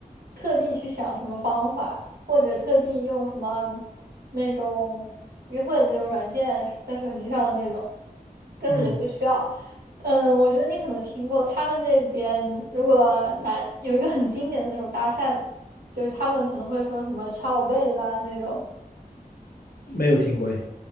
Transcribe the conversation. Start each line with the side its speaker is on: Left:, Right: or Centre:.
Right: 特地去想什么方法，或者特地用什么那种约会的那种软件，在手机上的那种。根本就不需要。
Left: 嗯，
Right: 嗯，我觉得你可能听过，他们这边如果男有一个很经典的那种搭讪，就是他们可能会说什么 “ciao bella” 那种，
Left: 没有听过哎。